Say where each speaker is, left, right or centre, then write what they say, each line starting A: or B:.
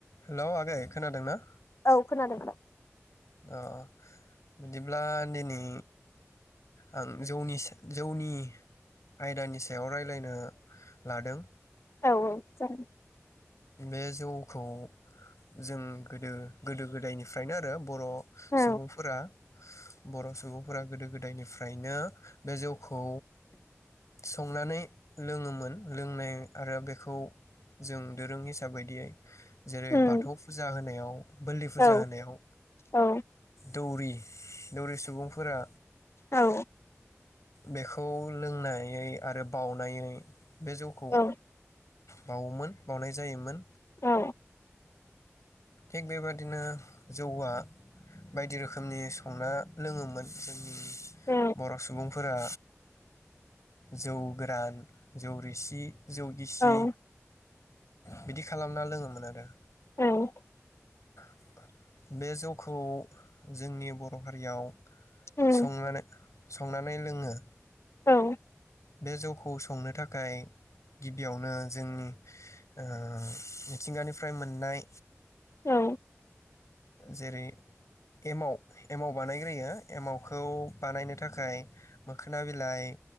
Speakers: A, on the left (about 85°); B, on the left (about 60°).
A: Hello आगै खोनादों ना?
B: औ खोनादों आदा।
A: अ बिदिब्ला दिनै आं जौनि स जौनि आयदानि सायाव रायलायनो लादों।
B: औ औ जागोन।
A: बे जौखौ जों गोदो गोदो गोदायनिफ्रायनो आरो बर'
B: औ
A: सुबुंफोरा बर' सुबुंफोरा गोदो गोदायनिफ्रायनो बे जौ खौ संनानै लोङोमोन लोंनाय आरो बेखौ जों दोरों हिसाब बायदियै जेरै
B: उम
A: बाथौ फुजा होनायाव बोलि फुजा
B: औ
A: होनायाव
B: औ
A: दौरि दौरि सुबुंफोरा
B: औ
A: बेखौ लोंनायै आरो बावनायै बे जौखौ
B: औ
A: बावोमोन बावनाय जायोमोन।
B: औ
A: थिग बेबादिनो जौआ बायदि रोखोमनि संना लोङोमोन जों उम
B: औ
A: बर' सुबुं फोरा जौ गोरान जौ रिसि जौगिसि
B: औ
A: बिदि खालामना लोङोमोन आरो।
B: ओम
A: <inaudible> बे जौखौ जोंनि बर' हारियाव
B: उम
A: संनानै संनानै लोङो।
B: औ
A: बे जौखौ संनो थाखाय गिबियावनो जोंनि ओ मिथिंगानिफ्राय मोननाय
B: औ
A: जेरै एमाव एमाव बानायग्रोयो। एमावखौ बानायनो थाखाय थाखाय मोखोना बिलाइ